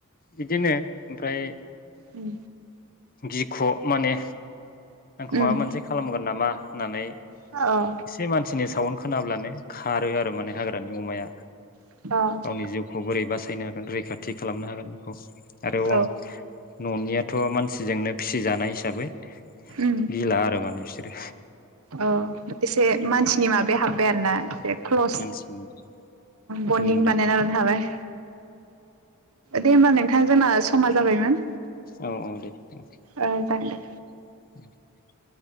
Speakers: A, on the left (about 40°); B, on the right (about 70°).
A: बिदिनो ओमफ्राय
B: उम
A: गिख' माने आंखौ माबा
B: उम
A: मोनसे खालामगोन नामा होननानै
B: अ ओ
A: एसे मानसिनि सावन खोनाब्लानो खारो आरो माने हाग्रानि अमाया
B: अ
A: गावनि जिउखौ बोरै बासायनो हागोन रैखाथि खालामनो हागोन बेखौ आरो
B: औ
A: अ न'नियाथ' मानसि फिजोंनो फिसिजानाय हिसाबै
B: ओम
A: गिला आरो माने बिसोरो
B: औ एसे मानसि सिनि माबाया हाब आरोना एसे क्लस
A: मानसिनि
B: बन्दिं
A: सोमोन्दै
B: बानायना लानो हाबाय दे होमबा नोंथां जोंना समा जाबायमोन
A: औ औ दे औ
B: औ जागोनदे
A: <inaudible>